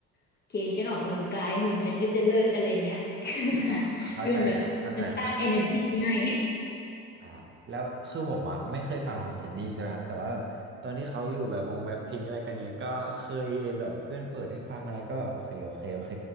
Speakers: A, on the left; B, on the right.
A: โอเคฉันออกกำลังกายหุ่นฉันก็จะเลิศอะไรเงี้ย <laughs> คือ
B: อ่าเข้าใจครับเข้าใจครับ
A: คือมันแบบมันสร้าง energy ให้
B: อ่าแล้วคือผมอ่ะไม่เคยฟังของเจนนี่ใช่ไหมครับแต่ว่าแบบตอนที่เขาอยู่แบบวงแบ็คพิงอะไรกันเนี้ยก็เคยแบบเพื่อนเปิดให้ฟังอะไรก็แบบโอเคโอเคโอเค